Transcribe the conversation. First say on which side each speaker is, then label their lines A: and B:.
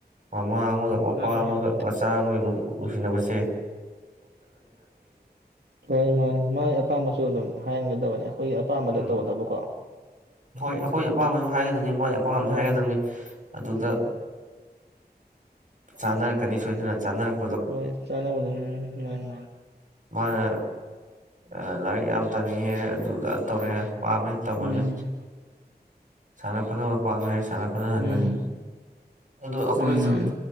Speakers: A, on the right; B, on the right.
A: ꯃꯃꯥ ꯑꯃꯒ ꯃꯄꯥ
B: ꯃꯥꯅꯤ
A: ꯑꯃꯒ
B: ꯃꯥꯅꯤ
A: ꯃꯆꯥ ꯑꯃꯒ ꯅꯨꯡꯁꯤꯟꯅꯕꯁꯦ
B: ꯍꯣꯏ ꯃꯥꯟꯅꯤ ꯃꯥꯏ ꯑꯄꯥꯝꯕꯁꯨ ꯑꯗꯨꯝ ꯍꯥꯏꯔꯒ ꯗꯕꯅꯦ ꯑꯩꯈꯣꯏꯒꯤ ꯑꯄꯥꯝꯕꯗ
A: ꯎꯝ
B: ꯇꯧꯒꯗꯕꯀꯣ
A: ꯍꯣꯏ
B: ꯃꯥꯅꯤ
A: ꯑꯩꯈꯣꯏ ꯑꯄꯥꯝꯕꯁꯨ ꯍꯥꯏꯒꯗꯕꯅꯤ ꯃꯣꯏ ꯑꯄꯥꯝꯕꯁꯨ
B: ꯎꯝ
A: ꯍꯥꯏꯒꯗꯕꯅꯤ ꯑꯗꯨꯗ
B: ꯎꯝ
A: ꯆꯥꯅꯔꯛꯀꯅꯤ ꯁꯣꯏꯗꯅ ꯆꯥꯅꯔꯛ
B: ꯍꯣꯏ ꯆꯠꯂ ꯎꯅꯒ꯭ꯔꯝꯅꯦ ꯃꯥ ꯅꯍꯥꯟ
A: ꯃꯥꯅ ꯑ ꯂꯥꯏꯔꯤꯛ ꯌꯥꯝ ꯇꯝꯅꯤꯡꯉꯦ ꯑꯗꯨꯗ ꯇꯧꯔꯦ ꯄꯥꯝꯃꯦ ꯇꯝꯍꯜꯂꯦ
B: ꯎꯝ
A: ꯁꯥꯅ ꯈꯣꯠꯅꯕ ꯄꯝꯃꯦ ꯍꯥꯏꯔꯁꯨ <unintelligible> ꯁꯥꯟꯅ ꯈꯣꯠꯅꯍꯟꯒꯅꯤ
B: ꯎꯝ
A: ꯑꯗꯨ ꯑꯩꯈꯣꯏꯒꯤꯁꯨ
B: ꯃꯥꯅꯤ ꯃꯥꯅꯤ